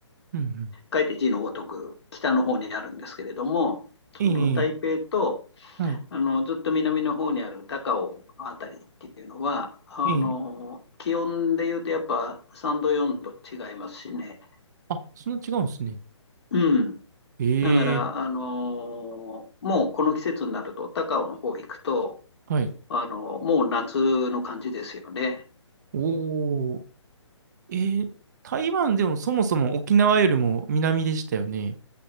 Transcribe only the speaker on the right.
うんうん。
ええ、
はい。
ええ。
あ、そんな違うんですね。
ええ、
はい。
おー。ええ、台湾でもそもそも沖縄よりも南でしたよね。